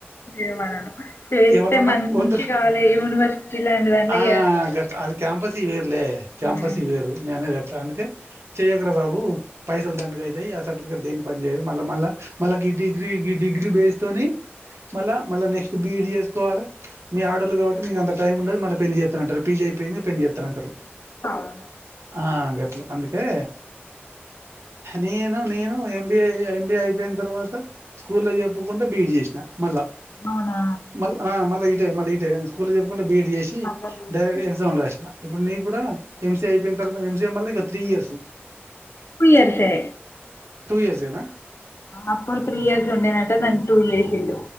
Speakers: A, on the left; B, on the right.
A: ఏమనను చేస్తే
B: ఏమనన్నా
A: మంచి
B: వద్దురా
A: కావాలి యూనివర్సిటీ లాంటి దాంట్లో
B: ఆ
A: చేయాలి కావచ్చు
B: అది క్యాంపస్ వేరులే క్యాంపస్
A: అవును
B: వేరు నేనదిగట్టా అందుకే చెయ్యకరా బాబు పైసలు దండగ అయితయి ఆ సర్టిఫికేట్ దేని పని చేయే మళ్ళ మళ్ళా మళ్ళా ఈ డిగ్రీ ఈ డిగ్రీ డిగ్రీ బేస్తోొని మళ్ళ మళ్ళ నెస్ట్ బిఈడ్ చేసుకోాలి మీ ఆడాళ్ళు కాబట్టి మీకు అంత టైం ఉండదు మళ్ళీ పెళ్లి చేస్త అంటారు పీజీ ఐపోయింది గా పెళ్ళి చేస్తా అంటారు
A: అవును
B: ఆ గట్లా అందుకే నేను నేను ఎంబీ ఎంబిఏ అయిపోయిన తర్వాత స్కూల్ల్లో చెప్పుకుంటడా బీఈడ్ చేసిన మళ్ళా
A: అవునా
B: మళ్ళ మళ్ళా ఇటే మళ్ళీ ఇటే స్కూల్లో చెప్పుకుంటే బిఎడ్ చేసి
A: మల్ల బిజీ
B: డైరెక్ట్ ఎగ్జామ్ రాసిన ఇప్పుడు నీకు కూడా ఎంసీ అయిపోయిన తర్వాత ఎంసీఐ మళ్ళీ ఇక త్రీ ఇయర్సు
A: టూ ఇయర్సే
B: ఇయర్స్ ఏనా
A: అప్పుడు త్రీ ఇయర్స్ ఉండేనట గాని టూ జేసిండు